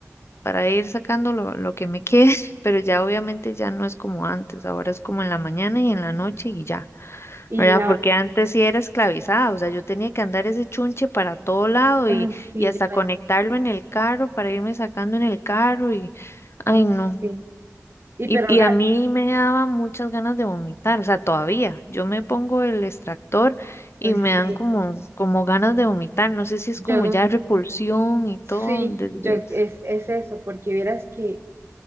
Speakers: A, on the left; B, on the right.
A: para ir sacando lo, lo que me quede, <laughs> pero ya obviamente ya no es como antes, ahora es como en la mañana y en la noche y ya,
B: Y
A: ¿verdad?
B: la...
A: Porque antes sí era esclavizada, o sea, yo tenía que andar ese chunche para todo lado
B: Ah,
A: y,
B: sí,
A: y hasta
B: yo
A: conectarlo en el carro para irme sacando en el carro y, ay,
B: Ah,
A: no.
B: Sí, y
A: Y,
B: pero
A: y
B: ga-
A: a mí me daba muchas ganas de vomitar, o sea, todavía. Yo me pongo el extractor y
B: pues
A: me
B: sí,
A: dan como, como ganas de vomitar. No sé si es
B: yo
A: como
B: no,
A: ya repulsión y todo
B: sí,
A: desde...
B: yo es, es eso, porque vieras que,